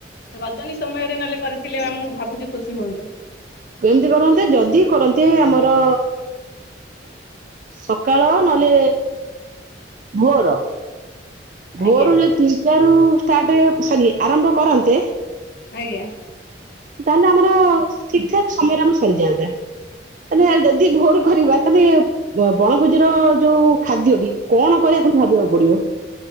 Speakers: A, on the left (about 60°); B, on the right (about 45°).
A: ରଜନୀ ସମୟରେ ନହେଲେ କରିଥିଲେ ଆମକୁ ଭାବୁଛି ଖୁସି ହୁଅନ୍ତେ।
B: କେମିତି କରନ୍ତେ, ଯଦି କରନ୍ତି ଆମର ସକାଳ ନହେଲେ ଭୋର। ଭୋରରୁ
A: ଆଜ୍ଞା
B: ଯଦି ତିନିଟା ରୁ ଷ୍ଟାର୍ଟ ସରି ଆରମ୍ଭ କରନ୍ତେ
A: ଆଜ୍ଞା।
B: ତାହେଲେ ଆମର ଠିକ ଠାକ୍ ସମୟରେ ଆମର ସରିଯାଆନ୍ତା। ତାହେଲେ ଯଦି ଭୋରୁ କରିବା, ତାହେଲେ ବଣଭୋଜିର ଯୋଉ ଖାଦ୍ୟଟି କଣ କରିବା? ଭାବିବାକୁ ପଡିବ